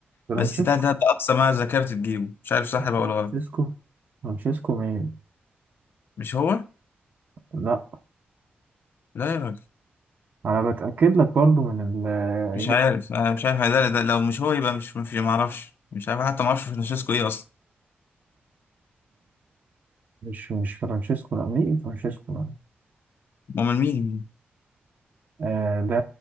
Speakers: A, on the right (about 45°); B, on the left (about 65°).
A: فرانشيسكو
B: بس ده ده, ده اقصى ما ذاكرت تجيبه مش عارف صح بقى
A: فرانشيسكو
B: ولا غلط
A: فرانشيسكو مين؟
B: مش هو
A: لا
B: لا يا راجل
A: انا بتاكد لك برضو من الاجابه
B: مش عارف انا مش عارف ده, ده لو مش هو يبقى مش مش ما اعرفش مش عارف حتى ما اعرفش فرانشيسكو ايه اصلا
A: مش مش فرانشيسكو لا مين فرانشيسكو لا
B: امال مين
A: آه ده